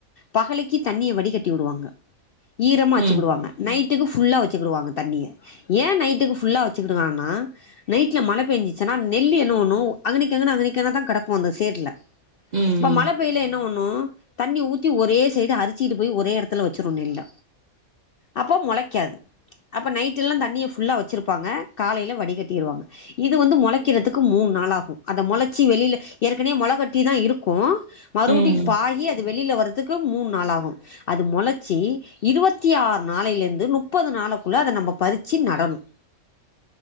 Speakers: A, on the left; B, on the right.
A: பகலைக்கு தண்ணிய வடி கட்டி விடுவாங்க ஈரமா வச்சிகிடுவாங்க
B: ம்
A: நைட்டுக்கு ஃபுல்லா வச்சுக்கிடுவாங்க தண்ணிய ஏன் நைட்டுக்கு ஃபுல்லா வச்சுக்கிடுவாங்கன்னா நைட்ல மழ பெஞ்சுச்சுன்னா நெல் என்ன பண்ணும் அங்கனக்கங்கன அங்கனக்கங்கன தான் கிடக்கு அந்த சேர்ல
B: ம்
A: மழ பெயல இன்ன ஒண்ணு தண்ணி ஊத்தி ஒரே சைடு அரிச்சிட்டு போய் ஒரே எடத்துல வச்சிரு நெல்ல அப்போ மொளைக்காது அப்ப நைட்டு்ல்லா தண்ணிய ஃபுல்லா வச்சிருப்பாங்க காலையில வடிகட்டிருவாங்க இது வந்து மொளைக்கிறதுக்கு மூண் நாள் ஆகூ அத மொளைச்சி வெளியில ஏற்கனவே மொளகட்டிதா இருக்கூ மறுபடியும்
B: ம்
A: பாகி அது வெளியில வரதுக்கு மூணு நாள் ஆகூ அது மொளைச்சி இருவத்தி ஆறு நாளையிலருந்து நுப்பது நாளைக்குள்ள அத நம்ம பறிச்சி நடணும்